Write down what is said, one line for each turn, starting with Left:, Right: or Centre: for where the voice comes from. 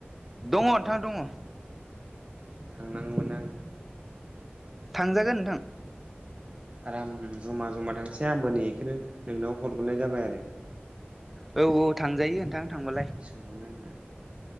Centre: दङ नोंथां दङ
Right: थांनाङोमोन
Centre: थांजागोन नोंथां
Right: आराम जमा जमा थांसै आंबो नै बेखौनो नोंनाव हरग्रोनाय जाबाय आरो
Centre: औ औ थांजायो नोंथां थांबालाय
Right: सोंहरनो होनना